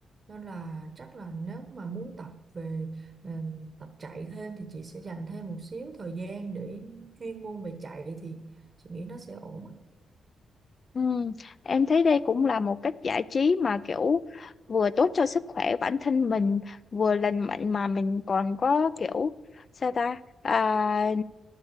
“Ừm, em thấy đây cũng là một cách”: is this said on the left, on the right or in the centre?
Left